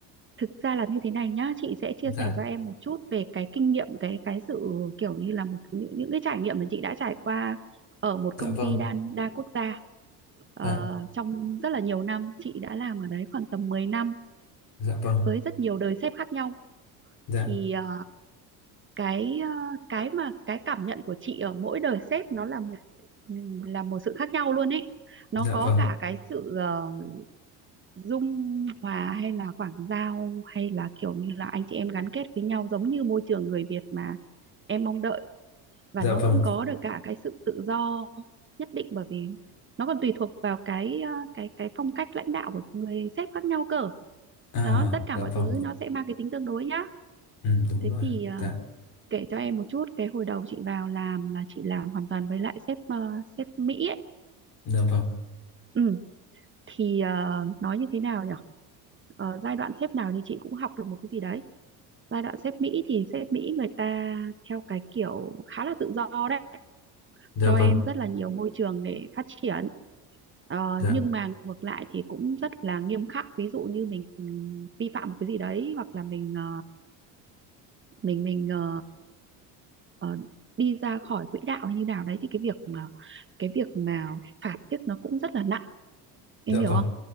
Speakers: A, on the right; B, on the left.
A: thực ra là như thế này nhá chị sẽ chia
B: dạ
A: sẻ cho em một chút về cái kinh nghiệm cái cái sự kiểu như là một những, những cái trải nghiệm mà chị đã trải qua ở một
B: dạ
A: công
B: vâng
A: ty đa đa quốc gia Ờ,
B: dạ
A: trong rất là nhiều năm chị đã làm ở đấy khoảng tầm 10 năm
B: dạ vâng
A: với rất nhiều đời sếp khác nhau
B: dạ
A: thì ờ, cái ờ, cái mà cái cảm nhận của chị ở mỗi đời sếp nó là một ừ, là một sự khác nhau luôn ấy nó
B: dạ
A: có
B: vâng
A: cả cái sự ờ, dung hòa hay là quảng giao hay là kiểu như là anh chị em gắn kết với nhau giống như môi trường người Việt mà em mong đợi và
B: dạ
A: nó
B: vâng
A: cũng có được cả cái sự tự do nhất định bởi vì nó còn tùy thuộc vào cái ờ, cái cái phong cách lãnh đạo của người sếp khác nhau cơ
B: à
A: đó tất cả
B: dạ
A: mọi
B: vâng
A: thứ nó sẽ mang cái tính tương đối nhá
B: ừ, đúng
A: thế
B: rồi
A: thì ờ,
B: dạ
A: kể cho em một chút cái hồi đầu chị vào làm là chị làm hoàn toàn với lại sếp ờ, sếp Mỹ ấy.
B: dạ vâng
A: Ừ, thì ờ, nói như thế nào nhỉ? Ờ, giai đoạn sếp nào thì chị cũng học được một cái gì đấy. Giai đoạn sếp Mỹ thì sếp Mỹ người ta theo cái kiểu khá là tự do đấy,
B: dạ
A: cho
B: vâng
A: em rất là nhiều môi trường để phát triển. Ờ,
B: dạ
A: nhưng mà ngược lại thì cũng rất là nghiêm khắc. Ví dụ như mình vi phạm một cái gì đấy hoặc là mình ờ, mình mình ờ, ờ, đi ra khỏi quỹ đạo hay như nào đấy thì cái việc mà cái việc mà phạt tiếc nó cũng rất là nặng em
B: dạ
A: hiểu
B: vâng
A: không